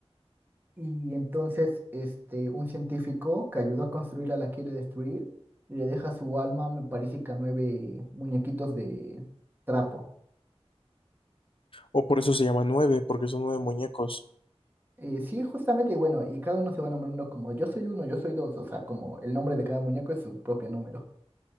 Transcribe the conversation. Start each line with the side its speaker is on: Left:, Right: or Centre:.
Right: Y entonces, este, un científico que ayudó a construirla la quiere destruir, y le deja su alma, me parece que a nueve muñequitos de trapo.
Left: O por eso se llama Nueve, porque son nueve muñecos.
Right: Eh, sí, justamente, y bueno, y cada uno se va nombrando como yo soy uno, yo soy dos, o sea, como el nombre de cada muñeco es su propio número.